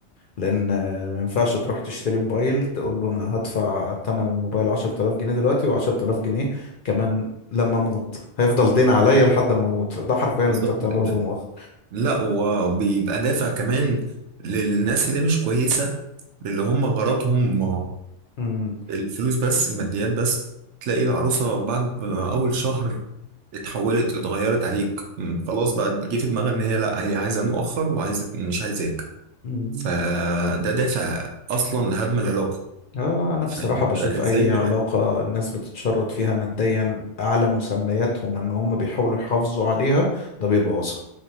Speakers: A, on the left; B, on the right.
A: لان آه، ما ينفعش تروح تشتري موبايل تقول له انا هدفع ثمن الموبايل 10000 جنيه دلوقتي و10000 جنيه كمان لما اموت هيفضل دين عليا لحد ما اموت ده حرفيا
B: بالظبط
A: اللي انت بتعمله
B: كده
A: في المؤخر
B: لا وبيبقى دافع كمان للناس اللي مش كويسة اللي هم غرضهم
A: امم
B: الفلوس بس الماديات بس تلاقي العروسة بعد ما أول شهر اتحولت اتغيرت عليك مم، خلاص بقى جه في دماغها إن هي لأ هي عايزة المؤخر وعايزة مش عايزاك
A: امم
B: فده دافع أصلا لهدم العلاقة
A: اه انا
B: فأنت
A: بصراحة بشوف
B: إزاي
A: اي
B: بت...
A: علاقة الناس بتتشرط فيها ماديا اعلى مسمياتهم ان هم بيحاولوا يحافظوا عليها ده بيبوظها